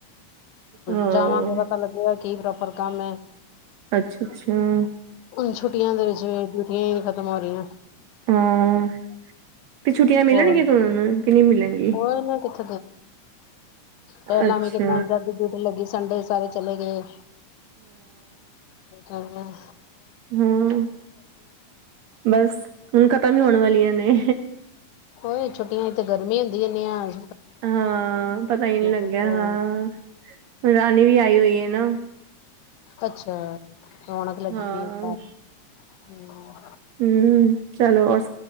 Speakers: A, on the right; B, on the left.
A: ਹਾਂ
B: ਜਾਵਾਂਗੇ ਤਾਂ ਪਤਾ ਲੱਗੇਗਾ ਕੀ ਪ੍ਰੋਪਰ ਕੰਮ ਹੈ
A: ਅੱਛਾ ਅੱਛਾ
B: ਹੁਣ ਛੁੱਟੀਆਂ ਦੇ ਵਿੱਚ ਡਿਊਟੀ ਖਤਮ ਹੋ ਰਹੀ
A: ਹਾਂ ਤੇ ਛੁੱਟੀਆਂ ਮਿਲਣਗੀਆਂ
B: ਹੋਰ
A: ਤ ਨੂੰ ਕਿ ਨਹੀਂ ਮਿਲਣਗੀ
B: ਹੋਰ <inaudible> ਪਹਿਲਾਂ
A: ਅੱਛਾ
B: ਵੀ ਕਿੰਨਾ ਜਦ ਜਦ ਲੱਗੀ ਸੰਡੇ ਸਾਰੇ ਚਲੇ ਗਏ ਹਮ
A: ਹਮ ਬਸ ਹੁਣ ਖਤ ਵੀ ਹੋਣ ਵਾਲੀਆਂ ਨੇ
B: ਹੋ ਛੋਟੀਆਂ ਹੀ ਤੇੇ ਗਰਮੀੀਆਂ ਵਧੀਆ ਨ
A: ਹਾਂ ਪਤਾ ਹੀ ਨਹੀਂੀ ਲੱਗਿਆ
B: ਕੁਛ
A: ਹਾਂੁ ਰਾਣੀ ਵੀ ਆਈ ਹੋਈ ਹੈ ਨਾ
B: ਅੱਛਾ ਰੌਣਕ ਲੱਗੀ
A: ਹਾਂ
B: ਪਈ ਹੈ ਘਰ ਹਮ
A: ਹਮ ਚਲੋ ਰ